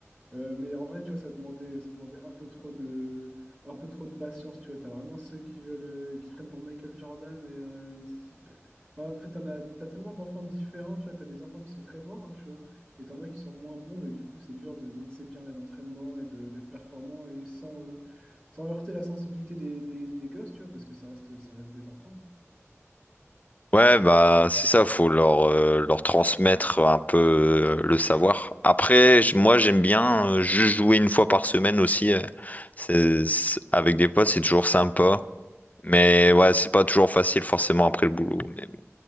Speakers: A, on the right; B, on the left.
A: Euh, mais en vrai, tu vois, ça demandait, ça demandait un peu trop de, un peu trop de patience, tu vois. T'as vraiment ceux qui veulent, euh, qui se prennent pour Michael Jordan et, euh, c'est- pff. Enfin, en fait, t'en as, t'as tellement d'enfants différents, tu vois. T'as des enfants qui sont très forts, hein, tu vois, et t'en as qui sont moins bons, mais du coup, c'est dur de mixer bien les entraînements et de, d'être performant et sans, euh, sans heurter la sensibilité des, des, des gosses, tu vois, parce que ça reste, ça reste des enfants.
B: Ouais, bah c'est ça, faut leur, euh, leur transmettre un peu euh, le savoir. Après, j- moi j'aime bien euh, juste jouer une fois par semaine aussi. euh, c'est- c'est- avec des potes, c'est toujours sympa. Mais
A: Ouais.
B: ouais, c'est pas toujours facile forcément après le boulot. Mais bon.